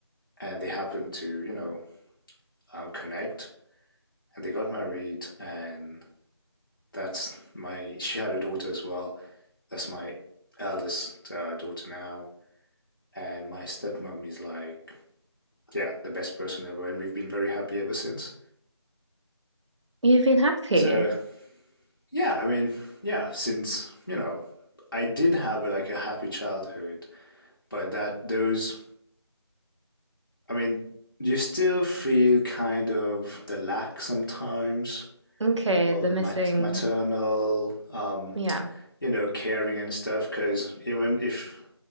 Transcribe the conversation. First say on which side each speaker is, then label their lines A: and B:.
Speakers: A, on the left; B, on the right.
A: and they happened to, you know, um, connect and they got married. And that's my, she had a daughter as well. That's my eldest uh, daughter now And my stepmom is like, yeah, the best person ever. And we've been very happy ever since.
B: You've been happy.
A: So, yeah, I mean, yeah, since, you know, I did have a, like a happy childhood, but that those, I mean, you still feel kind of the lack sometimes
B: Okay,
A: of
B: the missing.
A: mat- maternal, um,
B: Yeah.
A: you know, caring and stuff. Because even if